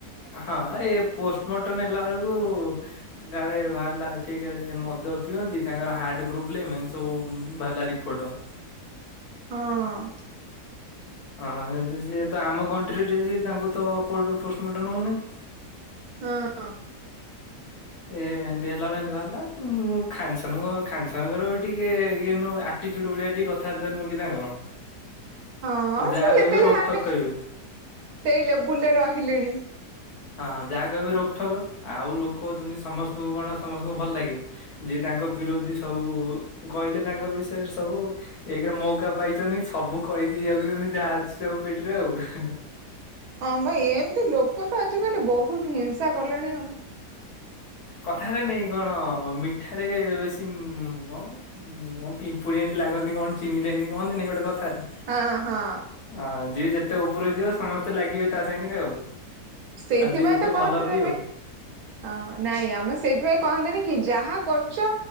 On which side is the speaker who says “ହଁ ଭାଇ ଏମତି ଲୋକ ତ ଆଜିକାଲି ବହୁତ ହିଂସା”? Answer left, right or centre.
Right